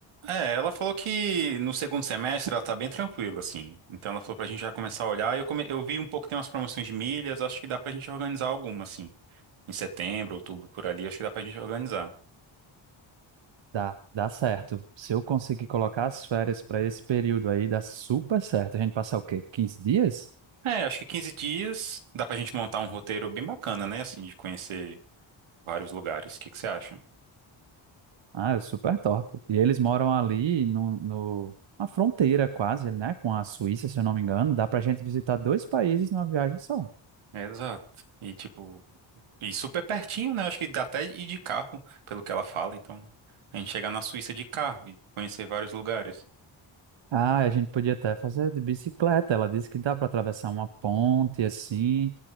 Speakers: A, on the right; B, on the right.
A: é, ela falou que no segundo semestre ela tá bem tranquila, assim. Então ela falou pra gente já começar a olhar. Eu, come- eu vi um pouco, tem umas promoções de milhas, acho que dá pra gente organizar alguma, assim. Em setembro, outubro, por ali, acho que dá pra gente organizar.
B: Dá, dá certo. Se eu conseguir colocar as férias pra esse período aí, dá super certo. A gente passar o quê? quinze dias?
A: É, acho que 15 dias dá pra gente montar um roteiro bem bacana, né? Assim, de conhecer Vários lugares. O que que você acha?
B: Ah, é super top. E eles moram ali no, no, na fronteira quase, né, com a Suíça, se eu não me engano. Dá pra gente visitar dois países numa viagem só.
A: Exato. E tipo, e super pertinho, né? Acho que dá até ir de carro, pelo que ela fala. Então, a gente chegar na Suíça de carro e conhecer vários lugares.
B: Ah, a gente podia até fazer de bicicleta. Ela disse que dá para atravessar uma ponte assim,